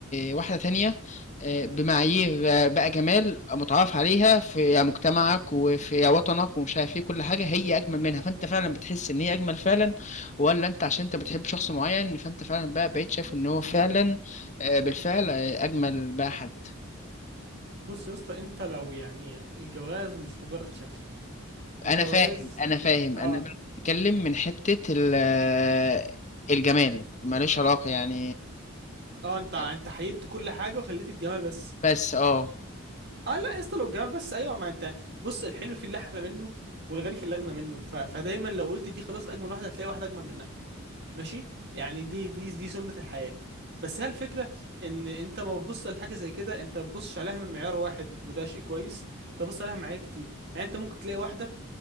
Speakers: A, on the left (about 35°); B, on the right (about 50°).
A: واحدة تانية آه، بمعايير بقى جمال متعارف عليها في مجتمعك وفي وطنك ومش عارف ايه كل حاجة هي أجمل منها فأنت فعلا بتحس إن هي أجمل فعلا ولا أنت عشان أنت بتحب شخص معين فأنت فعلا بقى بقيت شايف إن هو فعلا آه، بالفعل آه، أجمل بقى حد
B: بص يا اسطى انت لو يعني الجواز مش مجرد شكل الجواز
A: أنا فاهم أنا فاهم
B: اه
A: أنا بقى بتكلم من حتة ال- آه، الجمال ملوش علاقة يعني
B: اه انت انت
A: آه،
B: حيدت كل حاجه وخليت الجمال بس
A: بس اه
B: اه لا يا اسطى لو الجمال بس ايوه ما انت بص الحلو في اللي احلى منه والغني في اللي اغنى منه ف... فدايما لو قلت دي خلاص اجمل واحده هتلاقي واحده اجمل منها ماشي يعني دي دي دي سنه الحياه بس هي الفكره ان انت ما بتبص لحاجه زي كده انت ما بتبصش عليها من معيار واحد وده شيء كويس انت بتبص عليها من معايير كتير يعني انت ممكن تلاقي واحده